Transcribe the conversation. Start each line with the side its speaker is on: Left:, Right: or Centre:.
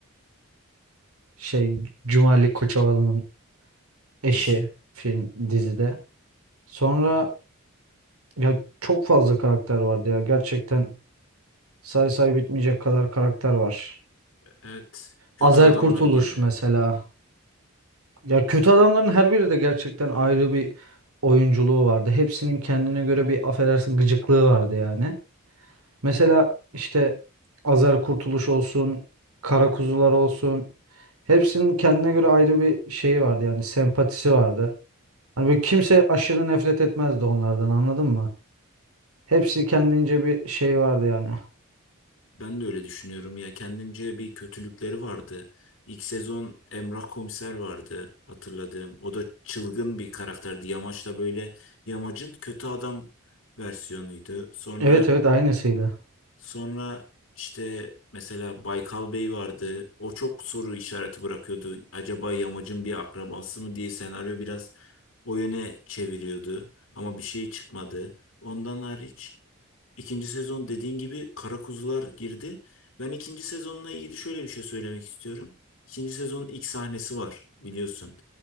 Right: Şey Cumali Koçovalı'nın eşi
Left: Eşi.
Right: film dizide. Sonra Ya çok fazla karakter vardı ya. Gerçekten say say bitmeyecek kadar karakter var.
Left: Evet. Kötü
Right: Azer
Left: adamlar
Right: Kurtuluş
Left: girdi.
Right: mesela. Ya kötü adamların her biri de gerçekten ayrı bir oyunculuğu vardı. Hepsinin kendine göre bir affedersin gıcıklığı vardı yani. Mesela işte Azer Kurtuluş olsun, Kara Kuzular olsun. Hepsinin kendine göre ayrı bir şeyi vardı yani sempatisi vardı. Hani böyle kimse aşırı nefret etmezdi onlardan anladın mı? Hepsi kendince bir şey vardı yani.
Left: Ben de öyle düşünüyorum ya. Kendince bir kötülükleri vardı. İlk sezon Emrah Komiser vardı hatırladığım. O da çılgın bir karakterdi. Yamaç da böyle Yamaç'ın kötü adam versiyonuydu. Sonra
Right: Evet evet aynısıydı.
Left: Sonra işte mesela Baykal Bey vardı. O çok soru işareti bırakıyordu. Acaba Yamac'ın bir akrabası mı diye senaryo biraz o yöne çeviriyordu. Ama bir şey çıkmadı. Ondan hariç ikinci sezon dediğin gibi Kara Kuzular girdi. Ben ikinci sezonla ilgili şöyle bir şey söylemek istiyorum. İkinci sezonun ilk sahnesi var biliyorsun.